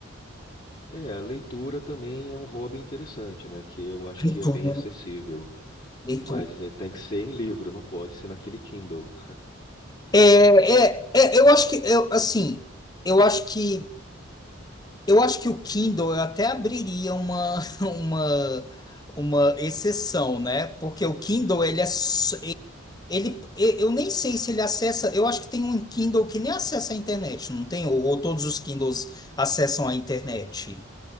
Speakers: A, on the left (about 40°); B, on the left (about 20°).
A: É, a leitura também é um hobby interessante, né? Que eu acho
B: Leitura.
A: que é bem acessível.
B: Leitura.
A: Mas é, tem que ser em livro, não pode ser naquele Kindle.
B: É, é, é, eu acho que eu, assim, eu acho que eu acho que o Kindle eu até abriria uma <laughs> uma uma exceção, né? Porque o Kindle ele é s- ele e- eu nem sei se ele acessa, eu acho que tem um Kindle que nem acessa a internet, não tem? Ou, ou todos os Kindles acessam a internet.